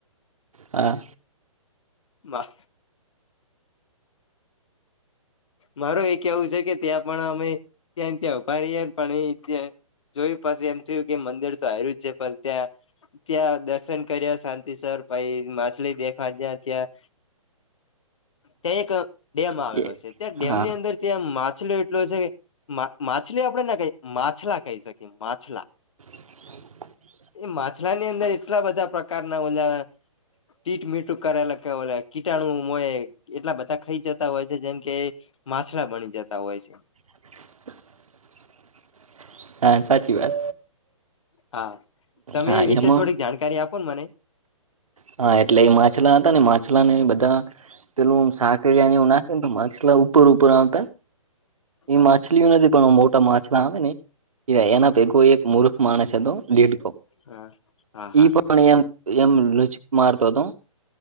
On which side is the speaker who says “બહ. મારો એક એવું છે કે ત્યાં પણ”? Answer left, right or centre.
Left